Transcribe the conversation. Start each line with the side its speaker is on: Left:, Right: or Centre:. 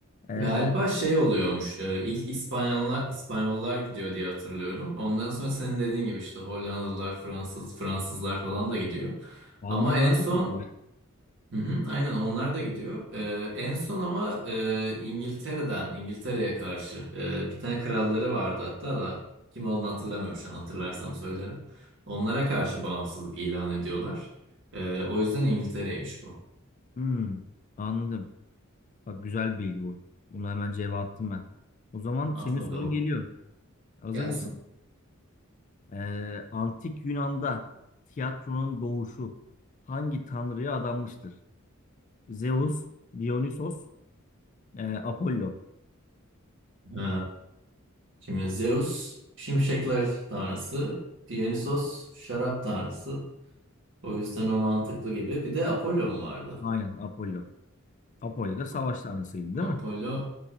Left: Ee,
Right: Galiba şey oluyormuş. e, ilk İspanyollar İspanyollar gidiyor diye hatırlıyorum. Ondan sonra senin dediğin gibi işte Hollandalılar, Fransız Fransızlar falan da gidiyor.
Left: Almanlar
Right: Ama en son
Left: da çok var.
Right: hı hı, aynen onlar da gidiyor. E, en son ama e, İngiltere'den İngiltere'ye karşı e, bir tane kralları vardı hatta da kim olduğunu hatırlamıyorum şu an. Hatırlarsam söylerim. Onlara karşı bağımsızlık ilan ediyorlar. E, o yüzden İngiltere'ymiş bu.
Left: Hmm, anladım. Bak güzel bir bilgi bu. Bunu hemen cevap attım ben. O zaman senin
Right: At bakalım.
Left: sorun geliyor. Hazır
Right: Gelsin.
Left: mısın? Ee, Antik Yunan'da tiyatronun doğuşu hangi tanrıya adanmıştır? Zeus, Dionysos, e, Apollo.
Right: E, Şimdi Zeus şimşekler tanrısı, Dionysos şarap tanrısı. O yüzden o mantıklı gibi. Bir de Apollo mu vardı?
Left: Aynen Apollo. Apollo da savaş
Right: Ap-
Left: tanrısıydı
Right: Apollo
Left: değil mi?